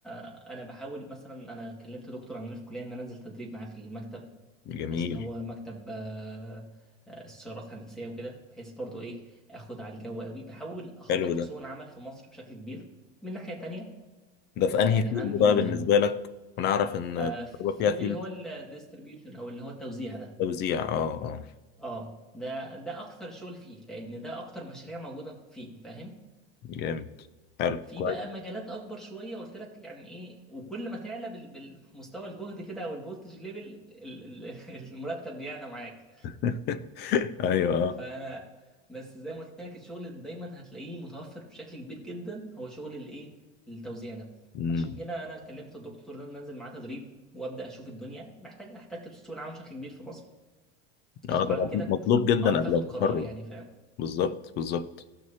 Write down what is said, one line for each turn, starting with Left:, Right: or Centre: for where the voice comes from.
Centre: انا بحاول مثلا انا كلمت دكتور عندنا في الكليه ان انا انزل تدريب معاه في المكتب
Left: جميل
Centre: بحيث ان هو مكتب آه، آه، استشارات هندسيه وكده بحيث برضو ايه اخد على الجو قوي بحاول اخبط
Left: حلو
Centre: في
Left: ده
Centre: سوق العمل في مصر بشكل كبير من ناحيه تانية
Left: ده في انهي
Centre: يعني
Left: فيلد
Centre: عندي
Left: بقى بالنسبة
Centre: آه،
Left: لك ونعرف ان
Centre: آه،
Left: الكهرباء
Centre: في
Left: فيها
Centre: اللي
Left: فيلد
Centre: هو الديستريبيوشن او اللي هو التوزيع ده
Left: توزيع اه اه
Centre: اه ده ده اكثر شغل فيه لان ده اكتر مشاريع موجوده فيه فاهم
Left: جامد حلو
Centre: في
Left: كويس
Centre: بقى مجالات اكبر شويه قلت لك يعني ايه وكل ما تعلى بال- بالمستوى الجهد كده او الفولتج ليفل <laughs> المرتب بيعلى معاك
Left: <laughs> ايوه اه
Centre: فانا بس زي ما قلت لك الشغل اللي دايما هتلاقيه متوفر بشكل كبير جدا هو شغل الايه التوزيع ده
Left: امم
Centre: عشان كده انا كلمت الدكتور ده إن ننزل معاه تدريب وابدا اشوف الدنيا محتاج احتك بسوق العمل بشكل كبير في مصر عشان
Left: اه ده
Centre: بعد كده
Left: مطلوب جدا
Centre: اعرف
Left: قبل
Centre: اخد
Left: التخرج
Centre: قرار يعني فاهم
Left: بالظبط بالظبط